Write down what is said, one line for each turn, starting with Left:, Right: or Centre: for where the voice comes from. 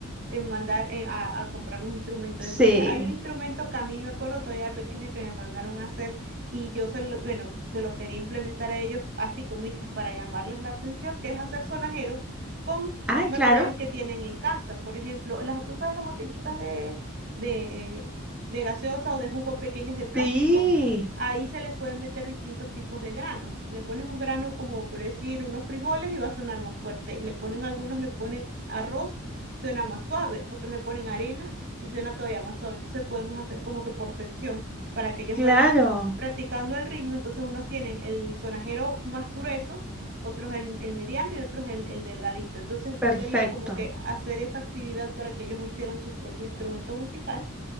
Right: en mandar en- a, a comprar los instrumentos.
Centre: Sí.
Right: Entonces, hay un instrumento que a mí me acuerdo todavía de pequeña que me mandaron a hacer y yo se lo, bueno, se los quería implementar a ellos, así como dices, para llamarles la atención, que es hacer sonajeros con
Centre: Ah,
Right: materiales
Centre: claro.
Right: que tienen en casa. Por ejemplo, las, tú sabes, las botellitas de, de, de gaseosa o de jugo pequeñas de plástico
Centre: Sí,
Right: ahí se les pueden meter distintos tipos de granos. Le ponen un grano como por decir unos frijoles y va a sonar más fuerte. Le ponen algunos, le ponen arroz, suena más suave. Otros le ponen harina y suena todavía más suave. Entonces podemos hacer como que por sección para que ellos
Centre: claro,
Right: vayan practicando el ritmo. Entonces unos tienen el sonajero más grueso, otros el, el mediano y otros el, el delgadito. Entonces
Centre: perfecto.
Right: yo quería como que hacer esa actividad para que ellos hicieran su propio instrumento musical